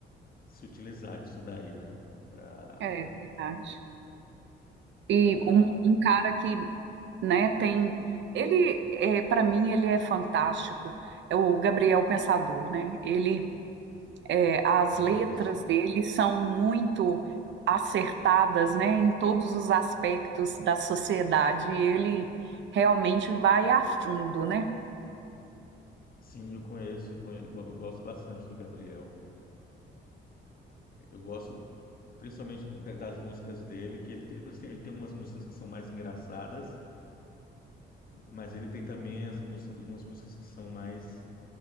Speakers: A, on the left; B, on the right.
A: se utilizar disso daí, né? Para
B: É verdade.
A: para
B: E um, um cara que, né, tem... Ele, é, para mim, ele é fantástico. É o Gabriel Pensador, né? Ele é, as
A: isso.
B: letras dele são muito acertadas, né, em todos os aspectos da sociedade, e ele realmente vai a fundo, né?
A: Sim, eu conheço, conhe- eu go- eu gosto bastante do Gabriel. Eu gosto principalmente da- das músicas dele, que ele tem, ele tem ele tem umas músicas que são mais engraçadas, mas ele tem também as músicas, algumas músicas que são mais